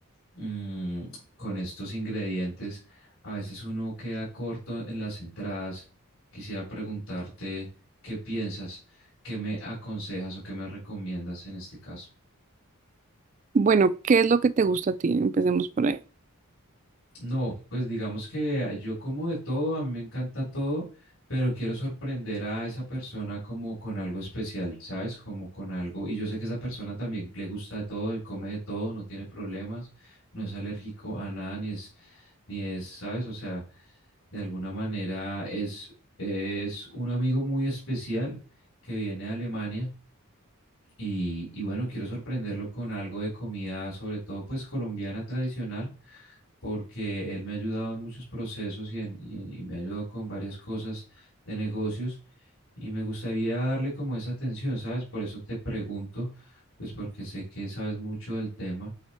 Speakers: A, on the left; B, on the right.
A: mm, con estos ingredientes, a veces uno queda corto en las entradas. Quisiera preguntarte qué piensas, qué me aconsejas o qué me recomiendas en este caso.
B: Bueno, ¿qué es lo que te gusta a ti? Empecemos por ahí.
A: No, pues digamos que ah, yo como de todo, a mí me encanta todo, pero quiero sorprender a esa persona como con algo especial, ¿sabes? Como con algo, y yo sé que esa persona también le gusta de todo, él come de todo, no tiene problemas, no es alérgico a nada, ni es, ni es, ¿sabes? O sea, De alguna manera es, es un amigo muy especial que viene de Alemania y, y bueno, quiero sorprenderlo con algo de comida, sobre todo pues colombiana tradicional, porque él me ha ayudado en muchos procesos y, en- y- y me ha ayudado con varias cosas de negocios y me gustaría darle como esa atención, ¿sabes? Por eso te pregunto, pues porque sé que sabes mucho del tema